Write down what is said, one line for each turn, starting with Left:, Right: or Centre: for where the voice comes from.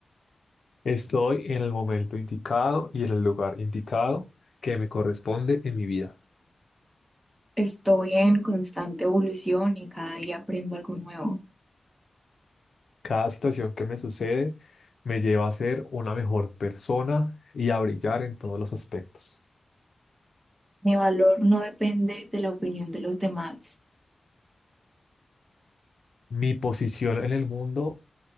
Left: Estoy en el momento indicado y en el lugar indicado que me corresponde en mi vida.
Right: Estoy en constante evolución y cada día aprendo algo nuevo.
Left: Cada situación que me sucede me lleva a ser una mejor persona y a brillar en todos los aspectos.
Right: Mi valor no depende de la opinión de los demás.
Left: Mi posición en el mundo